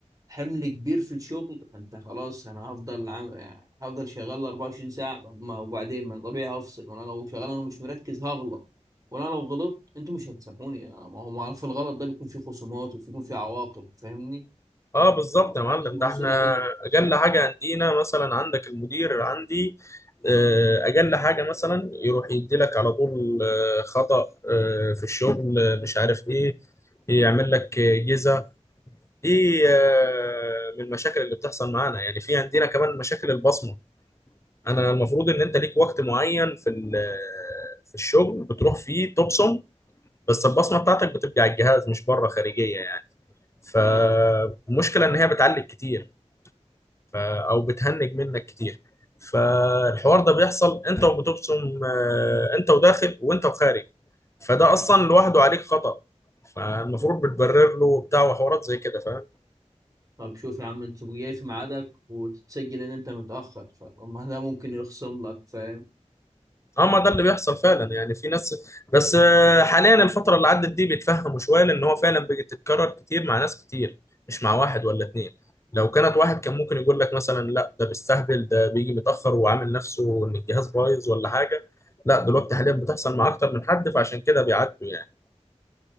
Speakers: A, on the right; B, on the left.
A: حمل كبير في الشغل فانت خلاص انا هفضل عم... يعني هفضل شغال 24 ساعه طب ما وبعدين ما أنا طبيعي هفصل ما انا لو شغال انا مش مركز هغلط وانا لو غلطت انتوا مش هتسامحوني أنا- ما هو ما في الغلط ده بيكون في خصومات وبيكون في عواقب فاهمني
B: اه بالظبط يا معلم
A: محدش بيبص
B: ده احنا
A: لها كده
B: اجل حاجه عندنا مثلا عندك المدير عندي آه، اجل حاجه مثلا يروح يديلك على طول آه، خطأ آه، في الشغل آه، مش عارف ايه يعمل لك آه، جزا دي آه، من المشاكل اللي بتحصل معانا يعني في عندنا كمان مشاكل البصمه انا المفروض ان انت ليك وقت معين في ال- آه، في الشغل بتروح فيه تبصم بس البصمه بتاعتك بتبقى على الجهاز مش بره خارجيه يعني فالمشكله
A: اه
B: ان هي بتعلق كتير ف- او بتهنج منك كتير فالحوار ده بيحصل انت وبتبصم آه، انت وداخل وانت وخارج فده اصلا لوحده عليك خطأ فالمفروض بتبرر له وبتاع وحوارات زي كده فاهم
A: طب شوف يا عم انت تبقى جاي في ميعادك وتتسجل ان انت متاخر فطب ما ده ممكن يخصم لك فاهم
B: اه ما ده اللي بيحصل فعلا يعني في ناس بس آه، حاليا الفترة اللي عدت دي بيتفهموا شوية لأن هو فعلا بتتكرر كتير مع ناس كتير مش مع واحد ولا اتنين لو كانت واحد كان ممكن يقول لك مثلا لا ده بيستهبل ده بيجي متأخر وعامل نفسه إن الجهاز بايظ ولا حاجة لا دلوقتي حاليا بتحصل مع أكتر من حد فعشان كده بيعدوا يعني